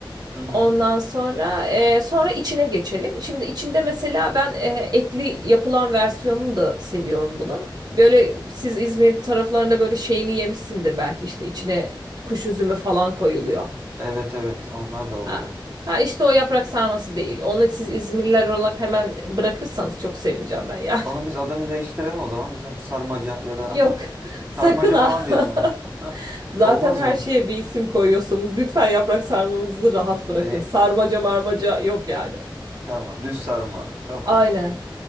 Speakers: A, on the right (about 30°); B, on the right (about 55°).
A: Hı hı.
B: Ondan sonra e, sonra içine geçelim. Şimdi içinde mesela ben e, etli yapılan versiyonunu da seviyorum bunun. Böyle siz İzmir taraflarında böyle şeyini yemişsindir belki işte içine kuş üzümü falan koyuluyor.
A: Evet evet onlar da oluyor.
B: Ha ha işte o yaprak sarması değil. Onu siz İzmirliler olarak hemen bırakırsanız çok sevineceğim ben ya.
A: Onun biz adını değiştirelim o zaman. Mesela sarmaca ya da
B: Yok. <laughs>
A: <laughs>
B: Sakın
A: sarmaca
B: ha.
A: falan diyelim onu.
B: <laughs>
A: <laughs>
B: Zaten
A: Olmaz
B: her
A: mı?
B: şeye bir isim koyuyorsunuz. Lütfen yaprak sarmamızı rahat bırakın.
A: E,
B: Sarmaca marmaca yok yani.
A: tamam. Düz sarma. Tamamdır.
B: Aynen.